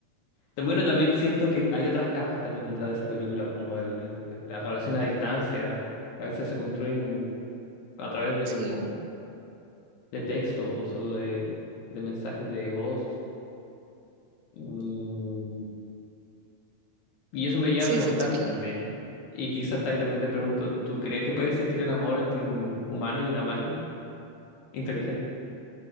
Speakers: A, on the left; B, on the right.
A: Bueno, también siento que hay otras capas también detrás de esa película, como el, el- la relación a distancia, que a veces se construyen a través de
B: Sí,
A: como de texto o solo de, de mensajes de voz. Mm, y eso me lleva
B: sí,
A: a preguntarme
B: siento que...
A: también. Y quizás ahí también te pregunto, ¿tú crees que puede existir el amor entre un humano y una máquina? Inteligente.